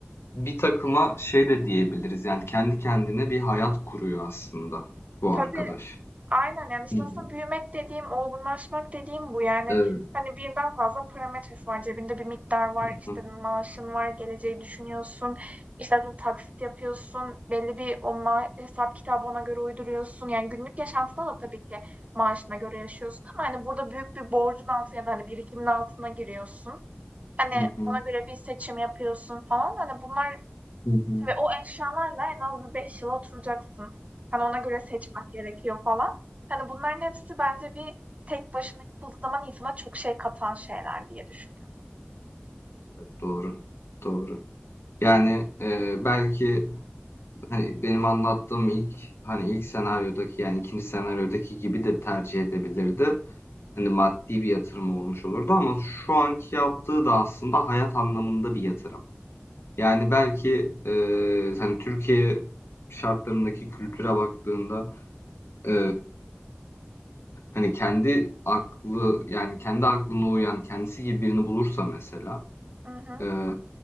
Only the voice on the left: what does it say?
bir takıma şey de diyebiliriz, yani kendi kendine bir hayat kuruyor aslında bu
arkadaş.
Hı hı.
Evet.
Hı
hı.
Hı hı.
Hı hı.
Evet, doğru. Doğru. Yani, eee, belki hani benim anlattığım ilk hani ilk senaryodaki yani ikinci senaryodaki gibi de tercih edebilirdi. Hani maddi bir yatırım olmuş olurdu ama şu anki yaptığı da aslında hayat anlamında bir yatırım. Yani belki e, hani Türkiye şartlarındaki kültüre baktığında e, hani kendi aklı yani kendi aklına uyan kendisi gibi birini bulursa mesela
e,